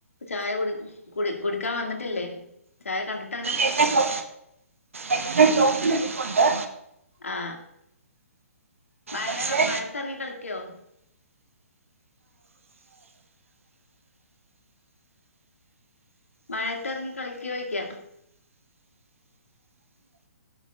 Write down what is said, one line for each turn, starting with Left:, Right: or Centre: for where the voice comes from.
Left: ചായ കു കുടിക്കാൻ വന്നിട്ടില്ലേ? ചായ കണ്ട്
Right: എന്നിട്ട് എന്റെ ഷോപ്പിലിരിപ്പുപ്പുണ്ട്.
Left: ആ മഴ
Right: പക്ഷേ
Left: മഴേതെറങ്ങി കളിക്കോ മഴേത്തറങ്ങി കളിക്കോയ്ക്ക